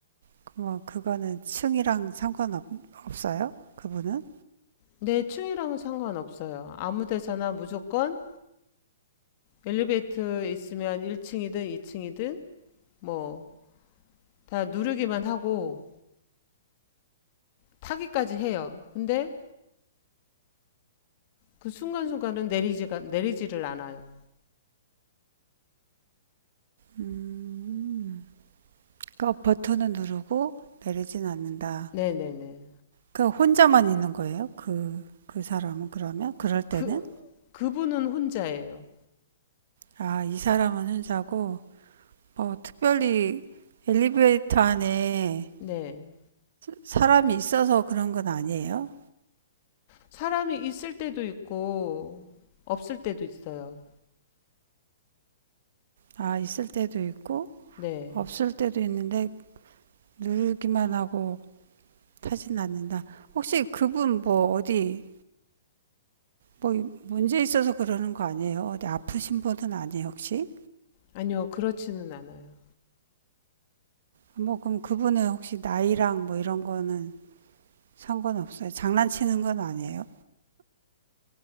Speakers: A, on the right (about 65°); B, on the left (about 40°).
A: 그뭐 그거는 층이랑 상관없 없어요? 그분은?
B: 내 층이랑은 상관없어요. 아무 데서나 무조건 엘리베이터 있으면 1층이든 2층이든 뭐 다 누르기만 하고 타기까지 해요. 근데 그 순간순간은 내리지가 내리지를 않아요.
A: 음. 그러니까 버튼은 누르고 내리지는 않는다.
B: 네네네.
A: 그 혼자만 있는 거예요? 그, 그 사람은 그러면? 그럴 때는?
B: 그 그분은 혼자예요.
A: 아, 이 사람은 혼자고, 뭐, 특별히 엘리베이터 안에
B: 네.
A: 사람이 있어서 그런 건 아니에요?
B: 사람이 있을 때도 있고 없을 때도 있어요.
A: 아, 있을 때도 있고,
B: 네.
A: 없을 때도 있는데, 누르기만 하고 타진 않는다. 혹시 그분 뭐 어디 뭐 문제 있어서 그러는 거 아니에요? 어디 아프신 분은 아니에요, 혹시?
B: 아니요, 그렇지는 않아요.
A: 뭐 그럼 그분은 혹시 나이랑 뭐 이런 거는 상관없어요. 장난치는 건 아니에요?